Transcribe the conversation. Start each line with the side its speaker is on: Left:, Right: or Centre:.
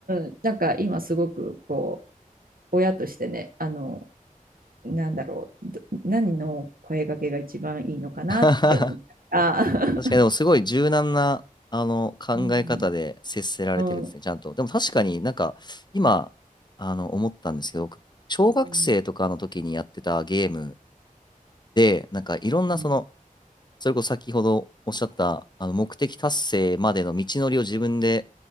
Right: ん、なんか今すごくこう、親としてね、あの、なんだろう、何の声掛けが一番いいのかなって思ったあー
Left: <laughs> 確かに、でもすごい柔軟な、あの、考え方で接せられてるんですね、
Right: <laughs> うんうん
Left: ちゃんと。でも確かになんか、今、あの、思ったんですけど、僕小学生とかの時にやってたゲーム
Right: うん
Left: で、なんかいろんなその、
Right: うん
Left: それこそ先ほどおっしゃった、あの、目的達成までの道のりを自分で、